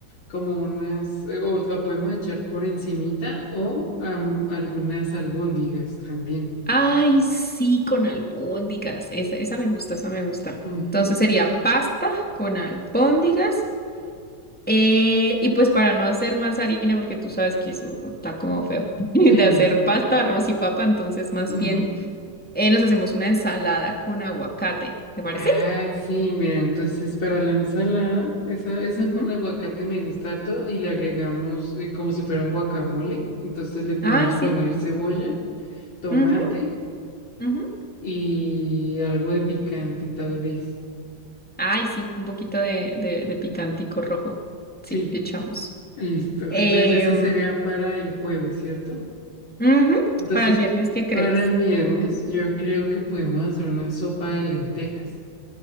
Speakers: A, on the left (about 85°); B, in the centre.
A: como unas, eh, o la podemos echar por encimita o am, algunas albóndigas también.
B: ay, sí, con albóndigas. Esa, esa me gusta, esa me gusta.
A: Ujú,
B: Entonces sería pasta con albóndigas. Eh, y pues para no hacer más harina, porque tú sabes que eso está como feo, <laughs> de
A: Sí.
B: hacer pasta, arroz y papa, entonces más
A: ujú.
B: bien. Eh, nos hacemos una ensalada con aguacate, ¿te parece?
A: Ah, sí, mira, entonces para la ensalada, esa, esa
B: Ujú.
A: con aguacate me gusta harto y le agregamos eh, como si fuera un guacamole. Entonces le podemos
B: Ah, sí.
A: poner cebolla, tomate
B: Ujú, ujú.
A: y algo de picante tal vez.
B: Ay, sí, un poquito de, de, de picantico rojo. Sí,
A: Sí,
B: le echamos.
A: listo.
B: Em,
A: Entonces esa sería para el jueves, ¿cierto?
B: ujú.
A: Entonces,
B: Para el viernes, ¿qué crees?
A: para el viernes, yo creo que podemos hacer una sopa de lentejas.